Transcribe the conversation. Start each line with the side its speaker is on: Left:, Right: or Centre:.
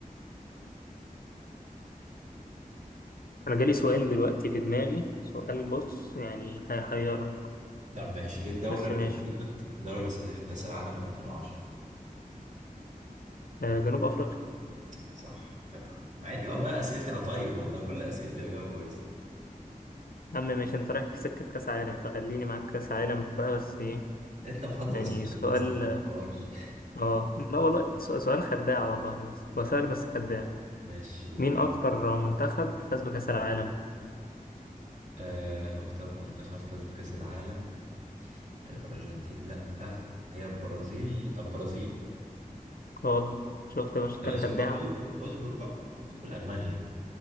Left: أنا جالي سؤال دلوقتي في دماغي سؤال بص يعني هيحيرك
Right: طب ماشي ايه الدولة
Left: بس
Right: اللي
Left: ماشي
Right: استضيفت الدولة اللي استضيفت كأس العالم 2010
Left: آه جنوب أفريقيا
Right: صح جدع مع اني والله اسئلتي انا طيب والله كل اسئلتي بجاوبها كويس
Left: يا عم ماشي أنت رايح في سكة كأس عالم فخليني معاك كأس عالم بقى بس إيه
Right: انت محضر
Left: يعني
Right: السؤال
Left: سؤال
Right: اصلا ما تحورش
Left: اه لا والله سؤ- سؤال خداع والله بس هو سؤال بس خداع
Right: <laughs> ماشي قول
Left: مين اكتر منتخب فاز بكأس العالم
Right: آه... اكتر منتخب فاز بكأس العالم الأرجنتين لأ هي البرازيل البرازيل
Left: غلط شفت يا باشا
Right: لا
Left: ده خداع
Right: اصبر بقى اصبر اصبر بقى اصبر ألمانيا